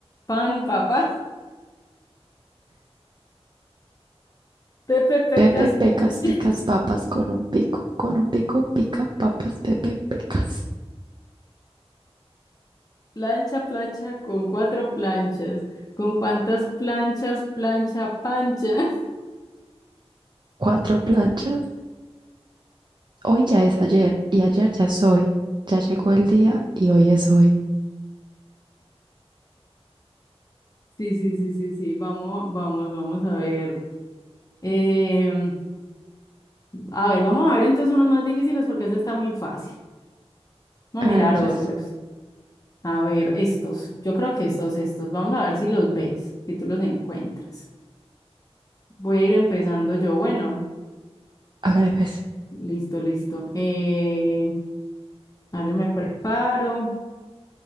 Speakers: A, on the left; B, on the right.
A: pan, papá. <laughs> Pepe pecas.
B: Pepe pecas, picas
A: <laughs>
B: papas con un pico. Con un pico pica papas, Pepe pecas.
A: Plancha, plancha con cuatro planchas. ¿Con cuántas planchas, plancha, pancha? <laughs>
B: Cuatro planchas. Hoy ya es ayer y ayer ya es hoy. Ya llegó el día y hoy es hoy.
A: Sí, sí, sí, sí, sí. Vamos, vamos, vamos a ver. Em, a ver, vamos a ver entonces unos más difíciles porque este está muy fácil. Vamos
B: Hágale
A: a mirar
B: pues,
A: otros. A ver, estos. Yo creo que estos, estos. Vamos a ver si los ves, si tú los encuentras. Voy a ir empezando yo. Bueno,
B: hágale pues.
A: listo, listo. Eh, a ver, me preparo.